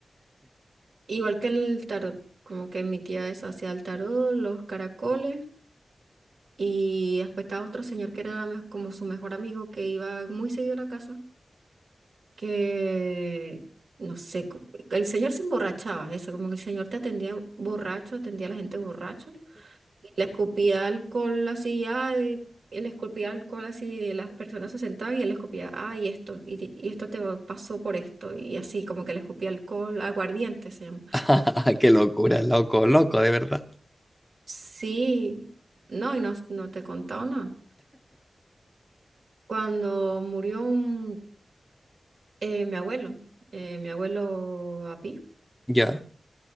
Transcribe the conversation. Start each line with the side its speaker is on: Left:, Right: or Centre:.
Right: Igual que el tarot, como que mi tía eso hacía el tarot, los caracoles. Y después estaba otro señor que era me- como su mejor amigo que iba muy seguido a la casa. que, no sé, co- el señor se emborrachaba, eso, como que el señor te atendía borracho, atendía a la gente borracho, y le escupía alcohol así, ay, y le escupía alcohol así, y las personas se sentaban y él le escupía, ay, esto, y, y esto te va- pasó por esto, y así, como que le escupía alcohol, aguardiente se llama.
Centre: <laughs> Qué locura, loco, loco, de verdad.
Right: Sí, no, y no, no te he contado nada. Cuando murió un- eh, mi abuelo, eh, mi abuelo Api,
Centre: Ya,